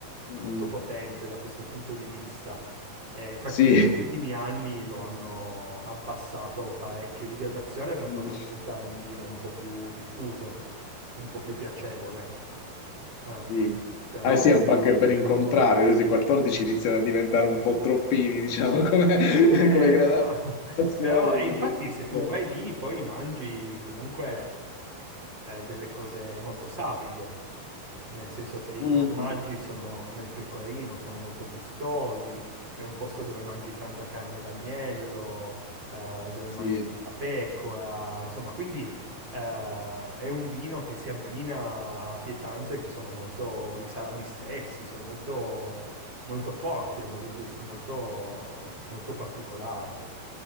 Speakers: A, on the left; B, on the right.
A: mm,
B: molto potente da questo punto di vista. Eh, infatti,
A: sì,
B: negli ultimi anni lo hanno abbassato parecchio di gradazione per
A: mm,
B: farlo diventare un vino un po' più diffuso, un po' più piacevole. eh.
A: sì.
B: Però
A: Ah, sì, è un po' anche per incontrare, adesso i 14 iniziano a diventare un po' troppini, diciamo, come, <laughs>
B: Eh,
A: come gradazioni,
B: però, <laughs> però- e
A: sì,
B: infatti
A: sì.
B: se
A: È
B: tu
A: vero.
B: vai lì poi mangi comunque eh, delle cose molto sapide, nel senso che i
A: Mm,
B: formaggi
A: mm,
B: sono come il pecorino, sono molto gustosi, è un posto dove mangi tanta carne d'agnello, eh, dove
A: sì.
B: mangi la pecora, insomma, quindi eh, è un vino che si abbina a pietanze che sono molto, i salami stessi, sono molto molto forti, hanno dei gusti molto, molto particolari.